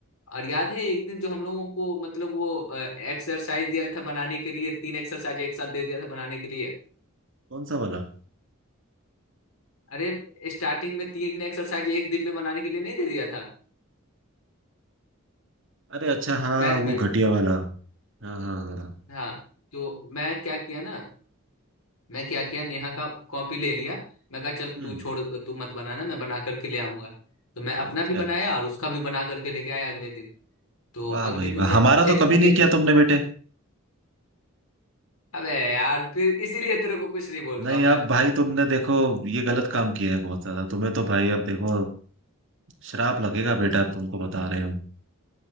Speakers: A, on the left; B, on the right.
A: और याद है एक दिन जो हम लोगों को मतलब वो एक्सरसाइज दिया था बनाने के लिए तीन एक्सरसाइज एक साथ दे दिया था बनाने के लिए
B: कौन सा वाला
A: अरे स्टार्टिंग में तीन एक्सरसाइज एक दिन में बनाने के लिए नहीं दे दिया था
B: अरे अच्छा हाँ
A: मैथ
B: वो
A: में
B: घटिया वाला हाँ हाँ हाँ
A: हाँ तो मैं क्या किया ना मैं क्या किया नेहा का कॉपी ले लिया मैं कहा चल
B: हम्म
A: तू छोड़ तू मत बनाना मैं बना करके ले आऊंगा तो मैं
B: अच्छा
A: अपना भी बनाया और उसका भी बना करके लेके आया अगले दिन तो
B: वाह
A: अगले
B: भाई
A: दिन
B: वाह
A: जब
B: हमारा
A: चेक
B: तो कभी
A: किया
B: नहीं किया तुमने बेटे
A: अबे यार फिर इसीलिए तेरे को कुछ नहीं बोलता
B: नहीं
A: हूं मैं
B: अब भाई तुमने देखो ये गलत काम किया है बहुत ज्यादा तुम्हें तो भाई अब देखो श्राप लगेगा बेटा अब तुमको बता रहे हो